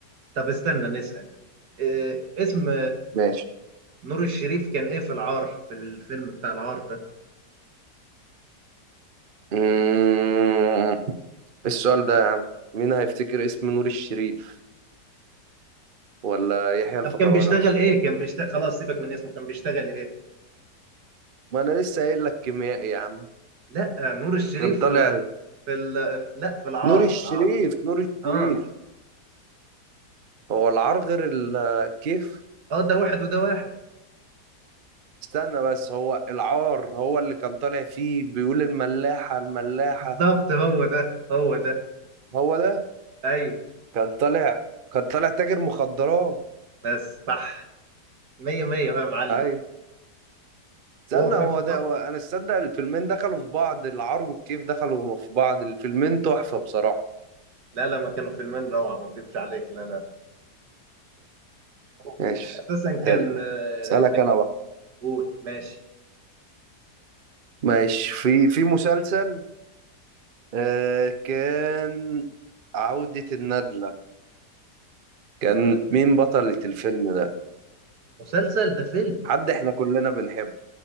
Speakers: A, on the right; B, on the right.
A: طب استنى نسال آه، اسم
B: ماشي
A: نور الشريف كان ايه في العار في الفيلم بتاع العار ده
B: مم... السؤال ده يا عم مين هيفتكر اسم نور الشريف ولا يحيى الفخراني
A: طب كان بيشتغل
B: اصلا
A: ايه كان بيشتغل خلاص سيبك من اسمه كان بيشتغل ايه
B: ما انا لسه قايل لك كيميائي يا عم
A: لا نور الشريف
B: كان طالع
A: في ال... في ال... لا في العار
B: نور
A: في
B: الشريف
A: العار
B: نور الشريف
A: اه
B: هو العار غير الكيف
A: اه ده واحد وده واحد
B: استنى بس هو العار هو اللي كان طالع فيه بيقول الملاحة الملاحة
A: بالظبط هو ده هو ده
B: هو ده
A: ايوه
B: كان طالع كان طالع تاجر مخدرات
A: بس صح مية مية هو يا معلم
B: اي استنى
A: وهو كان
B: هو
A: في الأرض.
B: ده هو انا استنى الفيلمين دخلوا في بعض العار والكيف دخلوا في بعض الفيلمين تحفة بصراحة
A: لا لا ما كانوا فيلمين روعة ما اكذبش عليك لا لا هو
B: ماشي
A: اساسا كان
B: حلو
A: آه،
B: اسألك
A: كان
B: انا بقى
A: قول ماشي
B: ماشي في في مسلسل آه كان عودة الندلة كان
A: آه،
B: مين بطلة الفيلم ده
A: مسلسل ده فيلم
B: حد احنا كلنا بنحبه